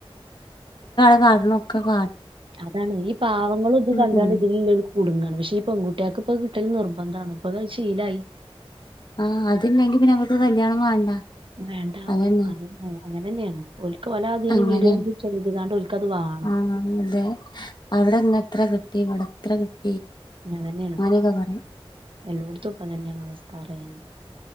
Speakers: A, on the left; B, on the right.
A: <unintelligible> ഒക്കെ കാ
B: അതാണ് ഈ പാവങ്ങളും ഇത് കണ്ടാണ്ട്
A: കുടുങ്ങും
B: ഇതിലില്ല കുടുങ്ങാണ് പക്ഷെ ഈ പെൺകുട്ടിയോക്ക ഇപ്പൊ കിട്ടല് നിർബന്ധമാണ് ഇപ്പൊ ശീലായി
A: ആഹ് അതല്ലെങ്കിൽ പിന്നെ അവർക്ക് കല്യാണം വേണ്ട
B: വേണ്ട
A: അതന്നെ
B: അങ്ങനെയ അങ്ങനന്നെയാണ് ഓൽക്ക് വലാ അതി
A: അങ്ങനെയാണ്
B: വീഡിയോ ചെയ്താണ്ട് ഓൽക്കത് വാങ്ങണം
A: ആ അതെ അവിടെ ഇങ്ങ എത്ര കിട്ടി ഇവിടെ കിട്ടി
B: അങ്ങനെ തന്നെയാണ്
A: അങ്ങനെയൊക്കെ പറയും
B: എല്ലോടത്തുംപ്പ തന്നെയാണ് അവസ് പറയുന്നു